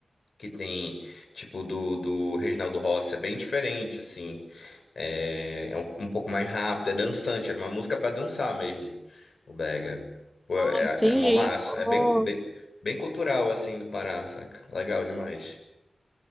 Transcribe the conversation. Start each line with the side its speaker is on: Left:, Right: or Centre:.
Left: que tem, tipo, do, do Reginaldo Rossi. É bem diferente, assim. É, é um, um pouco mais rápido, é dançante. É uma música pra dançar mesmo, o brega. Pô,
Centre: Ah,
Left: é,
Centre: entendi,
Left: é mó massa.
Centre: eu tô...
Left: É bem, bem, bem cultural, assim, do Pará, saca? Legal demais.